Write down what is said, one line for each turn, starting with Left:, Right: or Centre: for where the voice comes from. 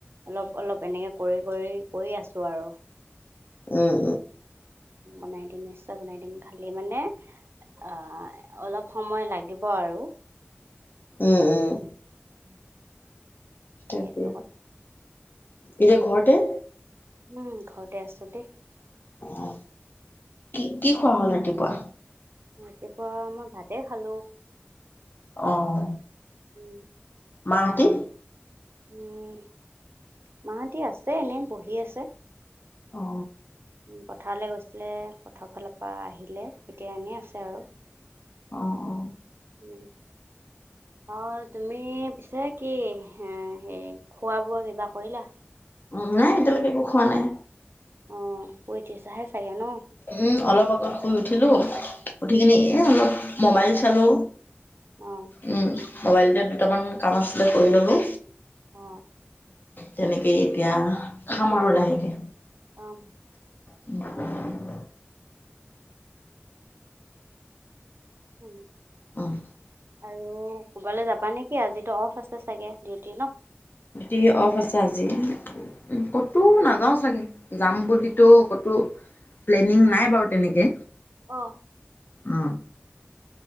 Right: অলপ অলপ এনেকে কৰি কৰি কৰি আছো আৰু।
Left: উম
Right: বনাই দিম নিশ্চয় বনাই দিম খালি মানে আহ অলপ সময় লাগিব। বাৰু।
Left: উম উম।
Right: উম।
Left: তাকে
Right: সেইটো কথা।
Left: এতিয়া ঘৰতে।
Right: উম ঘৰতে আছো দেই।
Left: অ কি কি খোৱা হল ৰাতিপুৱা।
Right: ৰাতিপুৱা মই ভাতে খালো।
Left: অহ
Right: উম,
Left: মাহতি।
Right: উম মাহতি আছে এনেই বহি আছে।
Left: অ।
Right: উম, পথাৰলৈ গৈছিলে পথাৰ ফালৰ পৰা আহিলে এতিয়া এনেই আছে আৰু।
Left: অ অ।
Right: উম। অ তুমি পিছে কি এ হে খোৱা বোৱা কিবা কৰিলা?
Left: উম নাই এতিয়ালৈকে একো খোৱা নাই।
Right: অ হুই থিছাহে চাগে ন।
Left: উম অলপ আগত শুই উঠিলো উঠি কিনে এ অলপ মোবাইল চালো।
Right: অ',
Left: উম মোবাইলতে দুটামান কাম আছিলে কৰি ললো।
Right: অহ
Left: তেনেকে এতিয়া খাম আৰু লাহেকে।
Right: অ'।
Left: উম।
Right: উম।
Left: উম,
Right: আৰু ক'বালৈ যাবা নেকি আজিতো অফ আছে চাগে ডিউটি ন।
Left: টিভি অফ আছে আজি। উ ক'তো নাযাও চাগে যাম বুলিতো কতো। প্লেনিং নাই বাৰু তেনেকে
Right: অ'।
Left: অ।